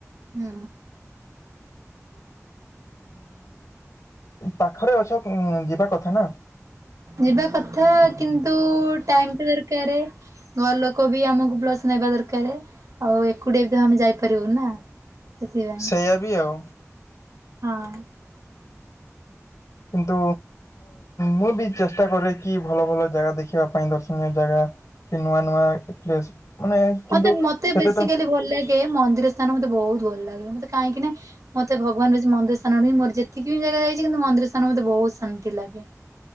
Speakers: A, on the right (about 80°); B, on the left (about 80°).
A: ହୁଁ।
B: ପାଖରେ ଅଛ ଯିବା କଥା ନାଁ
A: ଯିବା କଥା କିନ୍ତୁ ଟାଇମ ଦରକାର। ଘର ଲୋକ ବି ଆମକୁ ପ୍ଲସ୍ ନେବା ଦରକାର ଆଉ ଏକୁଟିଆ ବି ତ ଆମେ ଯାଇପାରିବୁ ନା। ସେଥିପାଇଁ
B: ସେଇଆ ବି ଆଉ
A: ହଁ।
B: କିନ୍ତୁ ମୁଁ ବି ଚେଷ୍ଟା କରେ କି ଭଲ ଭଲ ଜାଗା ଦେଖିବା ପାଇଁ ଦର୍ଶନୀୟ ଜାଗା। କି ନୂଆ ନୂଆ ପ୍ଲେସ୍ ମାନେ କିନ୍ତୁ
A: ମତେ ମତେ
B: ସେତେ
A: ବେସିକାଲି
B: ତ
A: ଭଲ ଲାଗେ ମନ୍ଦିର ସ୍ଥାନ ମତେ ବହୁତ ଭଲ ଲାଗେ ମତେ କାହିଁକି ନା ମତେ ଭବାନ ମନ୍ଦିର ସ୍ଥାନ ନୁହଁ ମୋର ଯେତିକି ବି ଜାଗା ଯାଇଛି ମନ୍ଦିର ସ୍ଥାନ ମତେ ମନ୍ଦିର ସ୍ଥାନ ଭଉତ ଶାନ୍ତି ଲାଗେ।